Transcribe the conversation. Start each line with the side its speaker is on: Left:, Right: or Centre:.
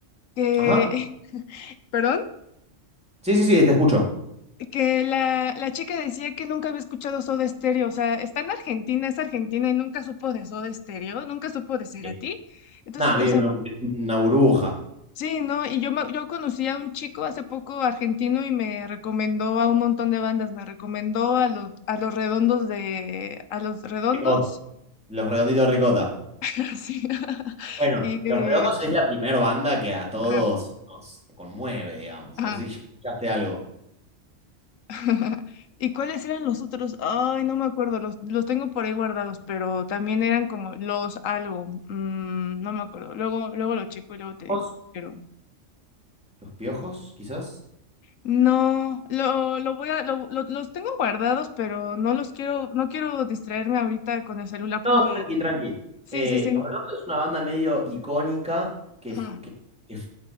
Left: que,
Centre: Ajá.
Left: <laughs> perdón.
Centre: Sí, sí, sí, te escucho.
Left: que la, la chica decía que nunca había escuchado Soda Stereo, o sea, está en Argentina, es argentina y nunca supo de Soda Stereo, nunca supo de Cerati.
Centre: Eh,
Left: Entonces,
Centre: Nada, viene
Left: o sea, por-
Centre: una, una burbuja.
Left: sí, ¿no? Y yo, me- yo conocí a un chico hace poco argentino y me recomendó a un montón de bandas, me recomendó a los, a los redondos de, a los redondos,
Centre: Ricota. Los Redonditos de Ricota.
Left: <laughs> sí, <laughs>
Centre: Bueno,
Left: y,
Centre: Los
Left: eh,
Centre: Redondos es la primera banda que a todos
Left: ajá,
Centre: nos conmueve, digamos.
Left: ajá.
Centre: No sé si ya escuchaste algo.
Left: <laughs> ¿Y cuáles eran los otros? Ay, no me acuerdo, los, los tengo por ahí guardados, pero también eran como los algo, mm, no me acuerdo. Luego, luego lo checo y luego te
Centre: ¿Vos?
Left: digo, pero
Centre: ¿Los Piojos, quizás?
Left: no, lo, lo voy a, lo- lo- los tengo guardados, pero no los quiero, no quiero distraerme ahorita con el celular porque,
Centre: No, tranqui, tranqui.
Left: sí,
Centre: Eh,
Left: sí, sí.
Centre: Los Redondos es una banda medio icónica que,
Left: Ajá.
Centre: f- que- que f-